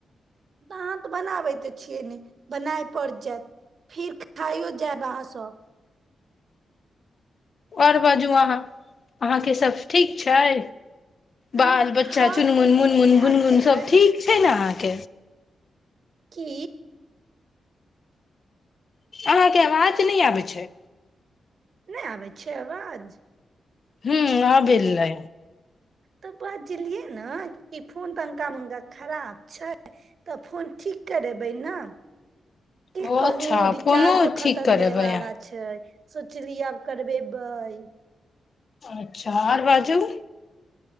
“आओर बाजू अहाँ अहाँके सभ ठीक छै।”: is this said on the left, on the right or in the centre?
Left